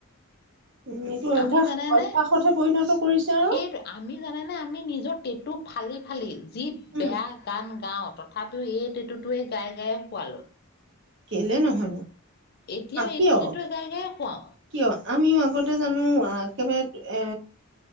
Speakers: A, on the right (about 60°); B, on the left (about 50°).
A: উম এইটো
B: আমি
A: অভ্যাস
B: জানেনে
A: অভ্যাসত হে পৰিণত কৰিছে আৰু
B: সেই আমি জানেনে আমি নিজৰ টেটু ফালি ফালি যি
A: উম,
B: বেয়া গান গাওঁ ত তথাপি এই টতুটোৱে গাই গায়ে শোৱালোঁ
A: কেলে নহনো
B: এতিয়াও এইটো
A: কিয়
B: টেটুৱে গাই গায়ে শুৱাও
A: কিয় আমিও আগতে জানো একেবাৰে এ